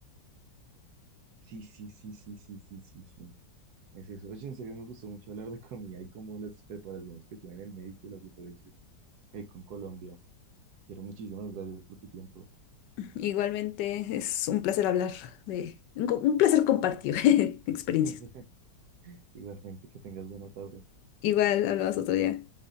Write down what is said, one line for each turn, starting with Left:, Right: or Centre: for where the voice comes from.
Right: Sí, sí, sí, sí, sí, sí, sí, sí. Es eso. Oye, en serio me gustó mucho hablar de comida y como las preparaciones que tienen en México y las diferencias eh, con Colombia. Quiero muchísimas gracias por tu tiempo.
Left: Igualmente es un placer hablar de, un, co- un placer compartir <laughs> experiencias.
Right: <laughs> Igualmente, que tengas buena tarde.
Left: Igual hablabas otro día.